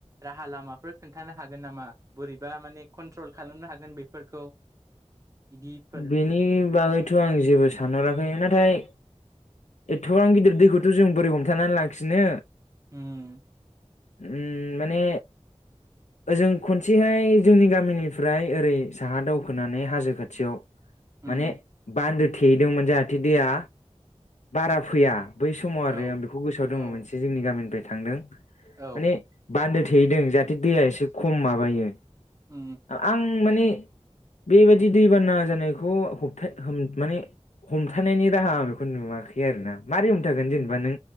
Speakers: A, on the right; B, on the left.
A: राहा लामाफोर खोन्थानो हागोन नामा बोरैबा माने कन्ट्रल खालामनो हागोन बेफोरखौ? इदिफोर
B: बेनि बागैथ' आं जेबो सानहराखै नाथाय एथ'बां गिदिर दैखौथ' जों बोरै हमथानानै लाखिनो
A: उम
B: उम माने ओजों खनसेहाय जोंनि गामिनिफ्राय ओरै साहा दावखोनानै हाजो खाथियाव
A: उम
B: माने बान्दो थेहैदोंमोन जाहाथे दैया बारा फैया। बै समाव आरो
A: औ
B: आं बेखौ गोसोआव दङ
A: औ
B: मोनसे जोंनि गामिनिफ्राय थांदों
A: औ
B: माने बान्दो थेदों जाहाथे दैया एसे खम माबायो
A: उम
B: आं माने बेबायदि दैबाना जानायखौ होबथा माने हमथानायनि राहा आं बेखौ नुवाखै आरो ना। मारै हमथागोन
A: उम
B: जेनेबा नों